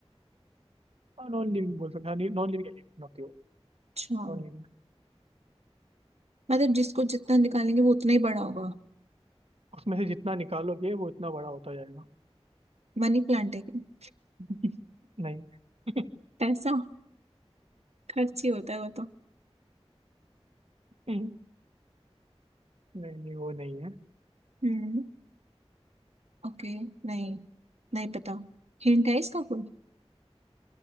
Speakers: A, on the right (about 65°); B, on the right (about 85°).
A: हाँ नॉन लिविंग बोल सकते हैं हाँ नॉन लिविंग एलिमेंट होती हो
B: अच्छा
A: Non living
B: मतलब जिसको जितना निकालेंगे वो उतना ही बड़ा होगा
A: उसमें से जितना निकालोगे वो उतना बड़ा होता जाएगा
B: मनी प्लांट है क्या?
A: नहीं <laughs>
B: <laughs> पैसा खर्च ही होता है वो तो
A: नहीं नहीं वो नहीं है
B: हम्म ओके नहीं नहीं पता हिंट है इसका कोई